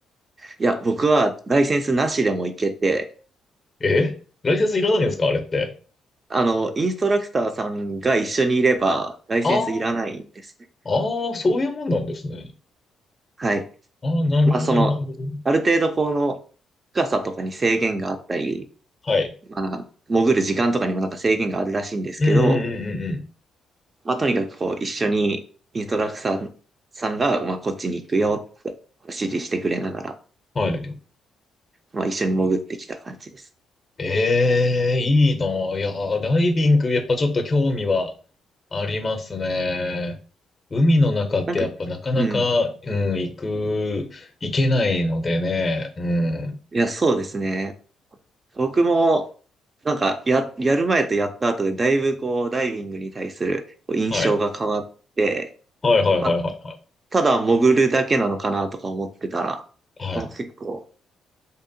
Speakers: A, on the right; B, on the left.
A: いや、僕はライセンスなしでも行けて、
B: えライセンスいらないんですかあれって。
A: あの、インストラクターさんが一緒にいれば、ライセンスいらないんですね。
B: ああ、ああ、そういうもんなんですね。
A: はい。
B: ああ、なるほど、
A: まあ、その、
B: なるほど。
A: ある程度この深さとかに制限があったり、
B: はい。
A: まあ、なんか潜る時間とかにもなんか制限があるらしいんですけど、
B: うんうんうんうん
A: まあ、とにかくこう、一緒にインストラクターさんが、まあ、こっちに行くよって指示してくれながら、
B: うん。はい。
A: まあ一緒に潜ってきた感じです。
B: ええ、いいなぁいやーダイビング、やっぱちょっと興味はありますね。海の中ってやっぱなかなか、
A: なんか、うん。
B: うん、行く、行けないのでね。うん。
A: いや、そうですね。僕も、なんか、や、やる前とやった後で、だいぶこう、ダイビングに対するこう印象が変わって、
B: はい。はいはいはいはい
A: まあ、ただ潜るだけなのかなとか思ってたら、
B: はい。
A: まあ、
B: はい
A: 結構、